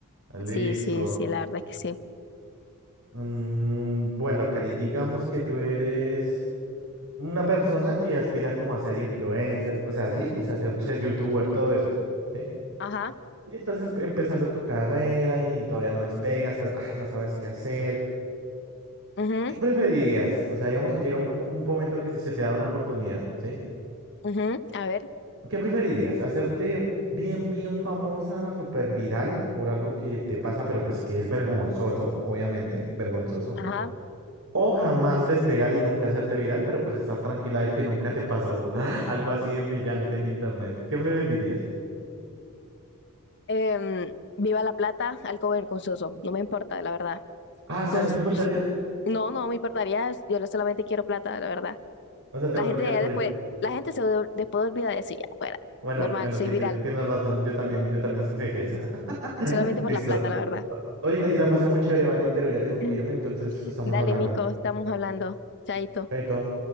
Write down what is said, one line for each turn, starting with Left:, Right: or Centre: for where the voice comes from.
Right: Listo.
Left: Sí, sí, sí, la verdad es que sí.
Right: Mm, bueno, Cari, digamos que tú eres una persona que aspira como a ser influencer, o sea, sí, o sea, yo ser youtuber, todo eso. ¿sí?
Left: Ajá,
Right: Y estás es- empezando tu carrera y todavía no despegas, pero ah, no sabes qué hacer.
Left: ujú,
Right: ¿Qué preferirías? O sea, digamos que llega un, po- un momento que te- se te da una oportunidad, ¿sí?
Left: ujú, a ver,
Right: ¿Qué preferirías? ¿Hacerte bien, bien famosa, súper viral por algo que te pasa, pero pues que es vergonzoso, obviamente, vergonzoso?
Left: ajá.
Right: ¿O jamás despegar y nunca hacerte viral, pero pues estar tranquila de que nunca te pasó <laughs> algo así de humillante en internet? ¿Qué preferirías?
Left: Em, Viva La Plata, algo vergonzoso, no me importa, la verdad.
Right: Ah, o sea,
Left: Cons-
Right: ¿no te importaría?
Left: no, no me importaría, yo lo- solamente quiero plata, la verdad.
Right: O sea, te
Left: La
Right: volverías...
Left: gente ya
Right: uy
Left: después, la gente se ol- después olvida de eso y ya, fuera.
Right: Bueno,
Left: Normal,
Right: bueno,
Left: soy
Right: sí,
Left: viral,
Right: tien- tienes razón. Yo también, yo también escogería esa. <laughs>
Left: solamente por
Right: Listo.
Left: la plata, la verdad.
Right: Oye, Cari, la pasé muy chévere, ¿vale? Pero ya tengo
Left: <clears throat> <laughs>
Right: que irme, entonces estamos
Left: Dale,
Right: hablando.
Left: Nico, estamos hablando. Chaito.
Right: Chaito.